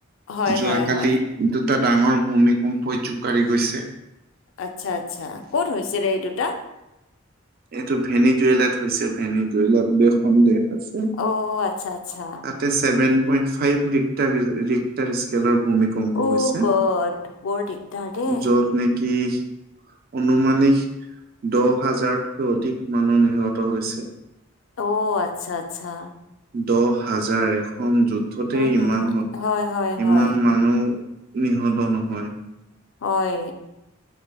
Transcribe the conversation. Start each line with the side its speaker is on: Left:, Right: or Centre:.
Left: হয়
Right: যোৱাকালি
Left: হয় হয়
Right: দুই এটা ডাঙৰ ভূমিকম্পই জোকাৰি গৈছে।
Left: আচ্ছা আচ্ছা, ক'ত হৈছিলে এই দুটা?
Right: এইটো ভেনী জুৱেলাত হৈছে ভেনী জুৱেলা বুলে সন্দেহ। পাছে,
Left: অ' আচ্ছা আচ্ছা
Right: তাতে ছেভেন পইন্ট ফাইভ ৰিক ৰিক্টাৰ স্কেলৰ ভূমিকম্প
Left: অ'
Right: হৈছে,
Left: গড বৰ দিগদাৰ দেই
Right: যত নে কি অনুমানিক দহ হাজাৰত তকৈ অধিক মানুহ নিহত হৈছে।
Left: অ আচ্ছা আচ্ছা।
Right: দহ হাজাৰ এখন যুদ্ধতেই
Left: উম
Right: ইমান
Left: হম হয় হয়
Right: ইমান
Left: হয়
Right: মানুহ নিহত নহয়।
Left: হয়।